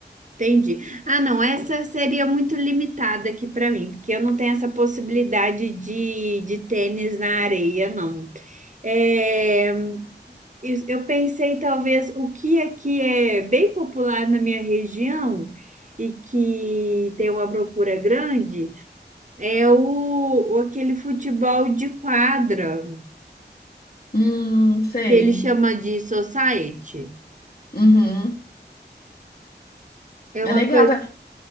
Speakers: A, on the right; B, on the left.
A: entendi. Ah, não, essa seria muito limitada aqui para mim, porque eu não tenho essa possibilidade de, de tênis na areia, não. É, eu eu pensei, talvez, o que aqui é bem popular na minha região e que tem uma procura grande é o o- aquele futebol de quadra.
B: Hum, sei.
A: que ele chama de society.
B: Uhum.
A: É
B: É
A: uma
B: legal.
A: coisa.